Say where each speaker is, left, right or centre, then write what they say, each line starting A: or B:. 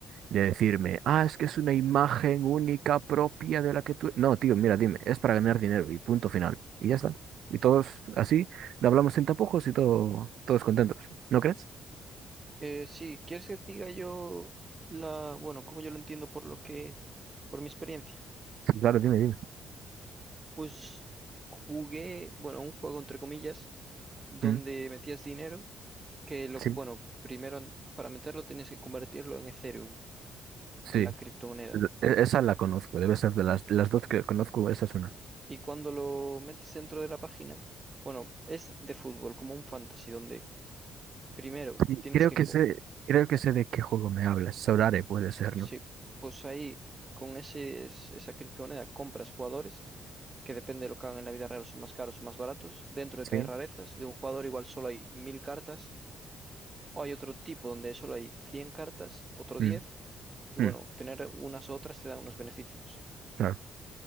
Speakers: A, on the right; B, on the right.
A: de decirme, ah, es que es una imagen única propia de la que tú... No, tío, mira, dime, es para ganar dinero y punto final. Y ya está. Y todos así, lo hablamos sin tapujos y todo, todos contentos. ¿No crees?
B: Eh, sí, ¿quieres que te diga yo la, bueno, como yo lo entiendo por lo que, por mi experiencia?
A: Sí, Claro, dime, dime.
B: Pues jugué, bueno, un juego entre comillas, donde
A: Mm,
B: metías dinero, que lo,
A: Sí,
B: bueno, primero an- para meterlo tenías que convertirlo en Ethereum,
A: sí.
B: la criptomoneda.
A: E- Esa la conozco, debe ser de las, las dos que conozco, esa es una.
B: Y cuando lo metes dentro de la página, bueno, es de fútbol, como un fantasy, donde primero
A: Sí,
B: tienes
A: creo
B: que
A: que
B: co-
A: sé, creo que sé de qué juego me hablas. Sorare puede ser,
B: Sí,
A: ¿no?
B: pues ahí con ese, es- esa criptomoneda compras jugadores que depende de lo que hagan en la vida real son más caros o más baratos. Dentro de que
A: Sí.
B: hay rarezas, de un jugador igual solo hay mil cartas, o hay otro tipo donde solo hay 100 cartas, otro diez
A: Mm,
B: y bueno,
A: mm,
B: tener unas u otras te da unos beneficios.
A: claro.